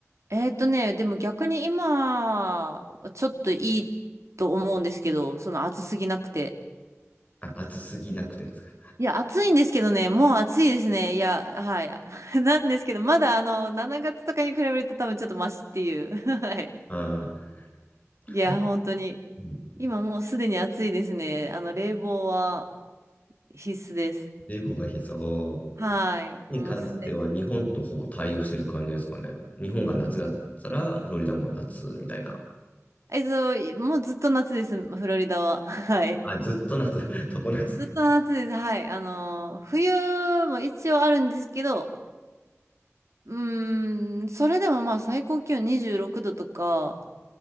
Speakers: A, on the right (about 70°); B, on the left (about 30°).
A: えーっとね、でも逆に今、ちょっといいと思うんですけど、その暑すぎなくて。
B: あ、暑すぎなくてですか
A: いや、暑いんですけどね、もう暑いですね。いや、はい。<laughs> なんですけど、まだあの、7月とかに比べると多分ちょっとマシっていう。<laughs> はい。
B: ああー、
A: いや、
B: あれ、
A: 本当に。
B: うん、
A: 今もうすでに暑いですね。あの、冷房は必須です。
B: 冷房が必要
A: はい。
B: に関しては、
A: もうすでに。
B: 日本とほぼ対応してる感じですかね。日本が夏だったら、フロリダも夏みたいな。
A: えっと、もうずっと夏です、フロリダは。<laughs> はい。
B: あ、ずっと夏、<laughs> 常夏。
A: ずっと夏です。はい。あのー、冬も一応あるんですけど、うーん、それでもまあ最高気温26度とか、